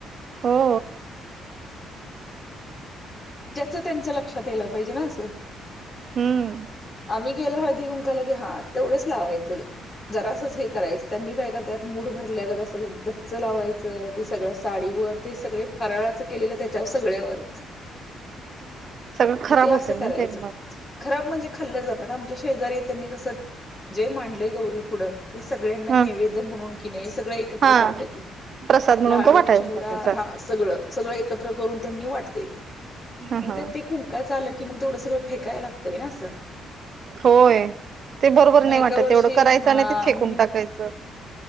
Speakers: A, on the right; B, on the left.
A: हो
B: ज्याच त्यांच्या लक्षात याला पाहिजे ना असं.
A: हम्म
B: आम्ही गेलो हळदी कुंकाला की हा तेवढंच लावायचं. जरासच हे करायचं त्यांनी काय करतत मूड भरल्यागत तसं गच्च लावायचं ते सगळं साडीवर. ते सगळे फराळाचं केलेलं त्याच्यावर सगळ्यावरच.
A: सगळं खराब
B: मग ते
A: होते
B: असं
A: ना
B: करायचं.
A: ते मग
B: खराब म्हणजे खाल्लं जातात आमच्या शेजारी त्यांनी कसं जे मांडलंय गौरी पुढं. ते सगळ्यांना
A: ह
B: नैवेद म्हणून की नाही सगळं एकत्र
A: हा
B: करत्या ती.
A: प्रसाद म्हणून
B: लाडू
A: तो वाटायला
B: चिवडा
A: टाकायचा
B: हा सगळं सगळं एकत्र करून त्यांनी वाट त्याती.
A: ह
B: मग
A: हा
B: त्यात ते कुंकाच आलं की मग तेवढं सगळं फेकायला लागतंय ना असं.
A: होय ते बरोबर
B: मग
A: नाही
B: एका
A: वाटत
B: वर्षी
A: एवढं करायचं
B: हा
A: आणि ते
B: आम्ही
A: फेकून टाकायचं.